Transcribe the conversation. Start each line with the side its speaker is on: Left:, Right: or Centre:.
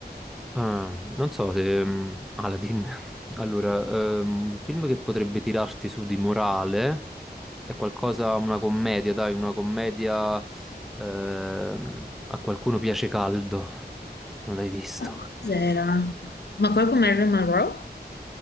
Centre: Ah, non so se mm, Aladdin. <laughs> Allora, ehm, un film che potrebbe tirarti su di morale è qualcosa, una commedia, dai, una commedia ehm, a qualcuno piace caldo. Non l'hai visto?
Left: Ma cos'era? Ma quello con Marilyn Monroe?